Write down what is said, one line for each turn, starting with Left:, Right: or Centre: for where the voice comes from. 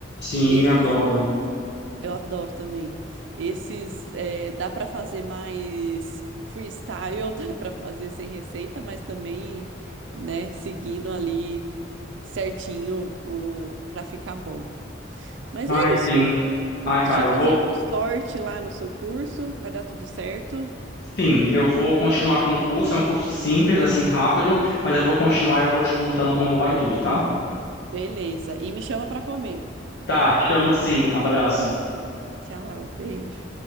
Left: Sim,
Right: Esses
Left: adoro.
Right: eu adoro também. Esses, é, dá para fazer mais freestyle, <laughs> dá para fazer sem receita, mas também, né, seguindo ali certinho o, para ficar bom. Mas
Left: Ai,
Right: é isso.
Left: sim. Ai, tá.
Right: Te
Left: Eu
Right: desejo
Left: vou.
Right: sorte lá no seu curso. Vai dar tudo certo.
Left: Sim, eu vou continuar com o curso. É um curso simples, assim, rápido, mas eu vou continuar e eu vou te contando como vai tudo, tá?
Right: Beleza. E me chama para comer.
Left: Tá, chamo sim. Abraço.
Right: Tchau, beijo.